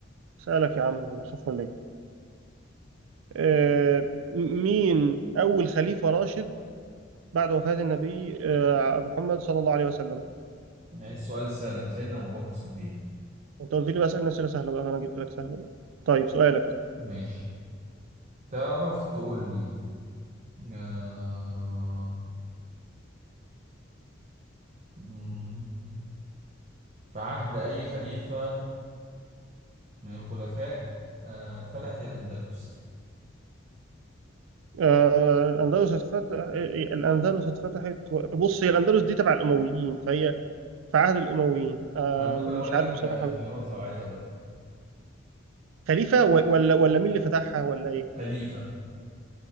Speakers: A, on the right; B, on the right.
A: سألك يا عم أنا أخاف ولا إيه آه، مين أول خليفة راشد بعد وفاة النبي آه، محمد صلى الله عليه وسلم؟
B: يعني السؤال السهل ده سيدنا ابو بكر الصديق
A: أنت قلت لي بقى أسئلة أسئلة سهلة بقى فأنا جبت لك سهلة بقى. طيب سؤالك
B: ماشي تعرف تقول لي آه... مم، في عهد اي خليفة من الخلفاء آه... اتفتحت الاندلس
A: آه، الأندلس اتفتح الأندلس اتفتحت و- بص هي الأندلس دي تبع الأمويين فهي في عهد الأمويين آه،
B: انا ممكن اقول
A: مش عارف
B: لك
A: بصراحة
B: آه، اختيارات
A: مين
B: لو عايز اقول لك
A: خليفة و- ولا ولا مين اللي فتحها ولا إيه؟
B: خليفة